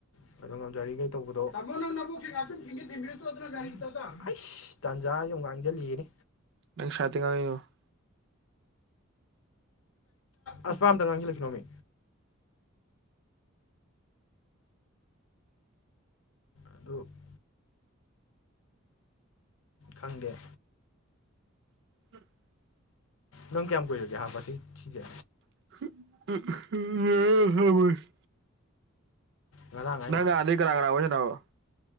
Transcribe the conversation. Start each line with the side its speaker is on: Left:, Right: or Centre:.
Left: <unintelligible> ꯇꯥꯟꯖꯥ ꯑꯃꯨꯛ ꯉꯥꯡꯁꯤꯜꯂꯛꯑꯥꯅꯤ
Right: <unintelligible>
Left: ꯑꯁ ꯄꯥꯑꯥꯝꯗ ꯉꯥꯡꯪꯒꯤꯜꯂꯛꯅꯣꯃꯤ <unintelligible> ꯈꯪꯗꯦ
Right: <unintelligible>
Left: ꯅꯪ ꯀꯌꯥꯝ ꯀꯨꯏꯔꯒꯦ ꯍꯥꯞꯄꯁꯤ ꯁꯤꯁꯦ
Right: <unintelligible>
Left: ꯉꯔꯥꯡ ꯍꯥꯏꯔꯣ
Right: ꯅꯪ ꯃꯍꯜꯗꯩꯩ ꯀꯅꯥ ꯀꯥꯅꯥ ꯋꯥꯔꯤ ꯁꯥꯕꯣ